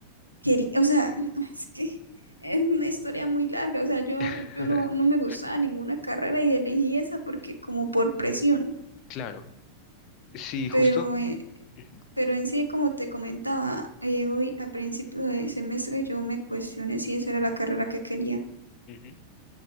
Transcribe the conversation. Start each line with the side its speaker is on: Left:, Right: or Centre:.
Right: quería, o sea, <laughs> es que es una historia muy larga, o sea, yo,
Left: <laughs>
Right: yo no, no me gustaba ninguna carrera y elegí esa porque como por presión
Left: Claro, sí,
Right: pero
Left: justo.
Right: eh,
Left: Ujú,
Right: Pero en sí, como te comentaba, eh, hoy a principio de semestre yo me cuestioné si esa era la carrera que quería.
Left: ujú.